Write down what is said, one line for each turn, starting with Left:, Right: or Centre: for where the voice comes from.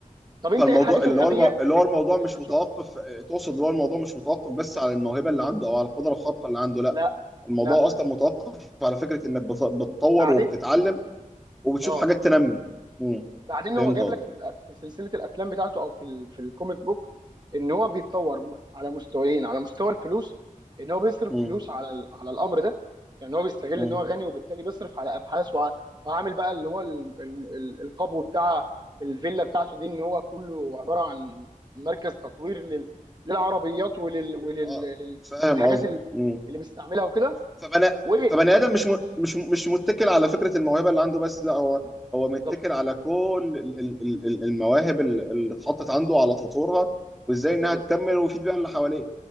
Right: طب انت
Centre: فالموضوع
Right: ايه الحاجات
Centre: اللي
Right: الغبيه
Centre: هو المو... اللي هو الموضوع مش
Right: اللي بتشوفها
Centre: متوقف تقصد اللي هو الموضوع مش متوقف بس على الموهبه اللي عنده او على القدره الخارقه اللي عنده لا
Right: لا
Centre: الموضوع
Right: لا
Centre: اصلا متوقف على فكره انك بت... بتطور
Right: بعدين
Centre: وبتتعلم وبتشوف
Right: اه
Centre: حاجات تنمي امم
Right: بعدين
Centre: فهمت
Right: هو جايب
Centre: قصدي
Right: لك في الأ- في سلسله الافلام بتاعته او في ال- في الكوميك بوك ان هو بيتطور على مستويين على مستوى الفلوس ان هو بيصرف
Centre: امم
Right: فلوس على ال- على الامر ده يعني هو بيستغل
Centre: امم
Right: ان هو غني وبالتالي بيصرف على ابحاث وع- وعامل بقى اللي هو ال- ال- ال- القبو بتاع الفيلا بتاعته دي ان هو كله عباره عن مركز تطوير لل- للعربيات وللحاجات ولل...
Centre: اه
Right: لل-
Centre: فاهم
Right: للحاجات
Centre: قصدي
Right: ال-
Centre: امم
Right: اللي بيستعملها وكده
Centre: فبني
Right: و
Centre: فبني ادم مش م... مش مش متكل على فكره الموهبه اللي عنده بس لا هو هو
Right: بالظبط
Centre: متكل على كل ال- ال- ال- المواهب اللي اللي اتحطت عنده على تطورها وازاي
Right: بالظبط
Centre: انها تكمل ويفيد بيها اللي حواليه